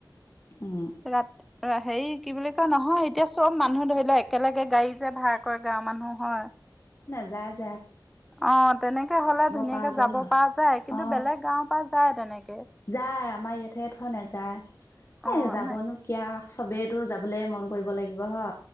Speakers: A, on the left (about 35°); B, in the centre.
A: উ
B: ৰাতি হেৰি কি বুলি কয় নহয় এতিয়া চব মানুহ ধৰি লও একেলগে গাড়ী যে ভ় ক গাৱৰ মানুহ হয়।
A: ৰাজ
B: অ তেনেকে হলে ধুনীয়াকে
A: পৰা গ'ল
B: যাব
A: হয়
B: পৰা যায় কিন্তু
A: অ
B: বেলেগ গাওৰ পৰা যায় তেনেকে।
A: যায় আমাৰ ইয়াতে থ নেযায়
B: অ'
A: এ যাবনো
B: আমাৰ
A: কিয় চবেইতো যাবলৈ মন কৰিব লাগিব হ